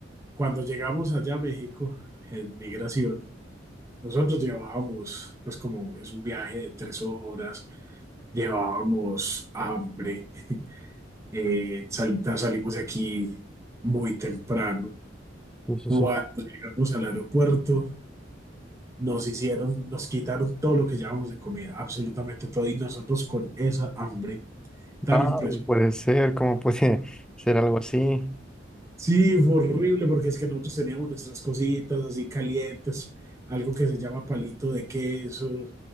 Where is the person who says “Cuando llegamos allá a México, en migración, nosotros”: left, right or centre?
Right